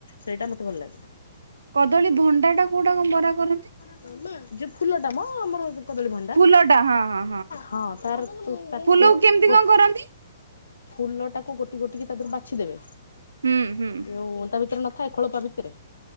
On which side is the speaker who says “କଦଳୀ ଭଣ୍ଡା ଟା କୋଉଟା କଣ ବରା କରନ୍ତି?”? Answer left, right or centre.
Right